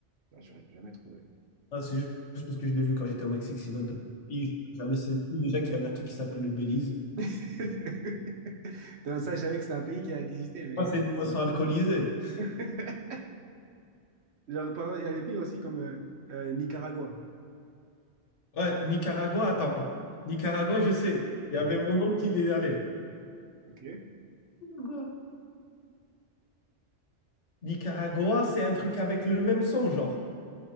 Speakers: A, on the right (about 65°); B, on the left (about 80°).
A: ah, j'aurais jamais trouvé.
B: Ah, c'est ju- juste parce que je l'ai vu quand j'étais au Mexique, sinon de j'avais jamais saisi déjà qu'il y avait un truc qui s'appelait le Belize.
A: <laughs> Non, ça, je savais que c'était un pays qui a existé, mais.
B: Ah, c'est une boisson alcoolisée.
A: <laughs> Genre, par exemple, il y a des pays aussi comme euh, euh, Nicaragua.
B: Ouais, Nicaragua, attends. Nicaragua, je sais. Il
A: Ok.
B: y avait mon oncle qui y est allé.
A: Ok.
B: Nicaragua, Nicaragua, c'est un truc avec le même son, genre.